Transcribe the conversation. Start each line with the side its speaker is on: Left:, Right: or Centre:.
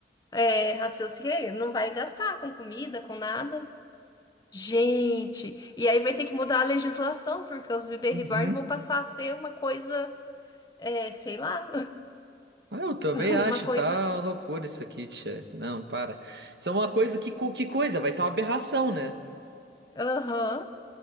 Left: é, raciocine, não vai gastar com comida, com nada. Gente, e aí vai ter que mudar a legislação, porque os bebê
Right: <laughs>
Left: reborn vão passar a ser uma coisa, é, sei lá,
Right: Ah, eu também
Left: <laughs>
Right: acho,
Left: uma coisa.
Right: tá uma loucura isso aqui, tia. Não, para. Isso é uma coisa que, co- que coisa, vai ser uma aberração, né?
Left: Aham.